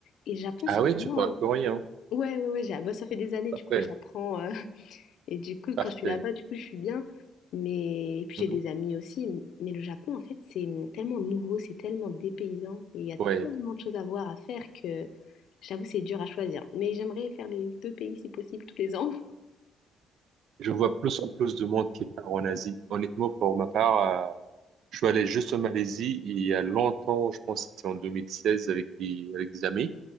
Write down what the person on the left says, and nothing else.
Et le Japon,
c'est
vraiment...
Ouais, ouais, ouais. j'ai- bah, ça fait des années,
du coup, que j'apprends, euh, et du coup,
quand je suis là-bas, du coup, je suis bien. Mais et puis
j'ai des amis aussi. Mais le Japon, en fait, c'est tellement nouveau, c'est tellement dépaysant. Et il y a
tellement de choses à voir, à faire que j'avoue, c'est dur à choisir. Mais j'aimerais faire les deux pays si possible tous les ans. <laughs>